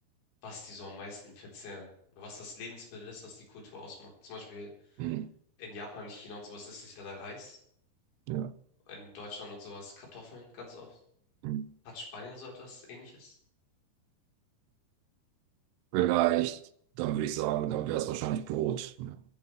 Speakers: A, on the left; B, on the right.
A: was die so am meisten verzehren. Oder was das Lebensmittel ist, das die Kultur ausmacht. Zum Beispiel
B: Hm.
A: in Japan, China und sowas ist es ja der Reis.
B: Ja.
A: In Deutschland und sowas Kartoffeln ganz oft.
B: Hm.
A: Hat Spanien so etwas Ähnliches?
B: vielleicht, dann würde ich sagen, dann wäre es wahrscheinlich Brot. Ja.